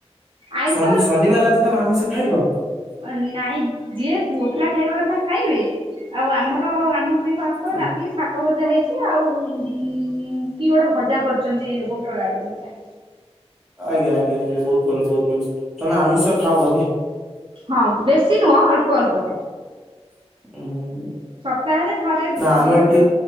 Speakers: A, on the right (about 50°); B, in the centre.
A: ଆଇଁଷ
B: ଶନି ଶନିବାର ଆଜି ତମ୍ ଆମିଷ ଖାଇବ।
A: ଅ ନାଇଁ ଯିଏ ପୁଅ ପିଲା ଖାଇବା କଥା ଖାଇବେ ଆଉ ଆମର ଆମ ମ ପାଇଁ ଭାତ
B: ହୁଁ
A: ଡାଲି ଶାଗ ଭଜା ହେଇଛି ଆଉ କି ଗୋଟେ ଭଜା କରିଛନ୍ତି ଏ ପୁ ଟଳ ଆଳୁ ଭଜା।
B: ଆଜ୍ଞା ଆଜ୍ଞା ଆଜ୍ଞା ବହୁତ ଭଲ ବହୁତ ଭଲ ତମେ ଆମିଷ ଖାଅ କଧେ।
A: ହଁ ବେଶୀ ନୁହଁ ଅଳ୍ପ ଅଳ୍ପ।
B: ଉଁ ହୁଁ।
A: ସପ୍ତାହରେ ଥରେ
B: ନା ଆମ
A: ଦିଥର
B: ଏଠି